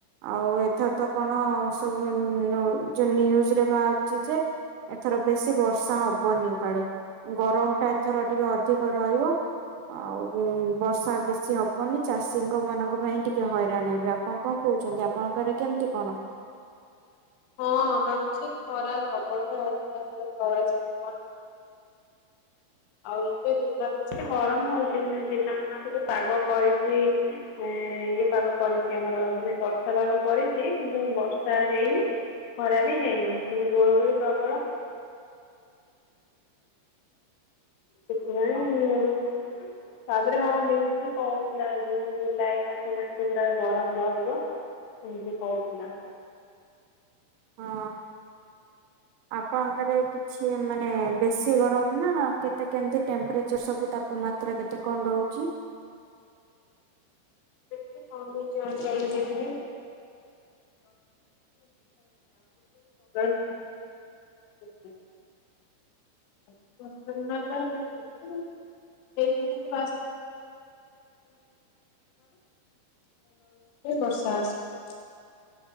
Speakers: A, on the right (about 85°); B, on the left (about 80°).
A: ଆଉ ଏଥର ତ କଣ ସବୁ ନ ଯୋଉ ନ୍ୟୁଜରେ ବାହାରୁଛି ଯେ ଏଥର ବେଶୀ ବର୍ଷା ହବନି କାଳେ ଗରମଟା ଏଥର ଟିକେ ଅଧିକ ରହିବ। ଆଉ ଉଁ ବର୍ଷା ବେଶି ହବନି ଚାଷୀଙ୍କ ମାନଙ୍କ ପାଇଁ ଟିକେ ହଇରାଣ ହେବେ ଆପଣ କଣ କ କହୁଛନ୍ତି ଆପଣଙ୍କ ଏଡେ କେମିତି କଣ?
B: ହଁ ଆମର ଖରା ପ୍ରବଳ। <unintelligible>
A: <unintelligible>
B: ଆଉ ଏବେ ଦିନରେ <unintelligible> ଗରମ ହଉଛି ଦିନମାନ ଟିକେ ପାଗ କରିଛି। <inaudible> ଇଏ ପାଗ କରିଛି ଆମର ମାନେ ବର୍ଷା ପାଗ କରିଛି କିନ୍ତୁ ବର୍ଷା ହେଇନି। ଖରା ବି ହେଇନି କିନ୍ତୁ ଗୁଳିଗୁଳି ପ୍ରବଳ। ସେଥିପାଇଁ।
A: ଓହୋ।
B: <unintelligible> ତାପରେ ହଁ ନ୍ୟୁଜ ବି କହୁଥିଲା ଜୁନ ଜୁଲାଇ ମାସରେ ଯାକେ ପୁରା ଗରମ ରହିବ। ସେମିତି କହୁଥିଲା।
A: ହଁ ଆପଣଙ୍କରେ କିଛି ମାନେ। ବେଶୀ ଗରମ ନା କେତେ କେମତି ଟେମ୍ପରେଚର ସବୁ ତାପମାତ୍ରା କେତେ କଣ ରହୁଛି? <unintelligible>
B: ଟିକେ କମିଛି ଅଡ଼ଚାଲିଶି ଡିଗ୍ରୀ। <unintelligible> <unintelligible> <unintelligible> <unintelligible> <unintelligible> ବର୍ଷା ଆସୁଛି।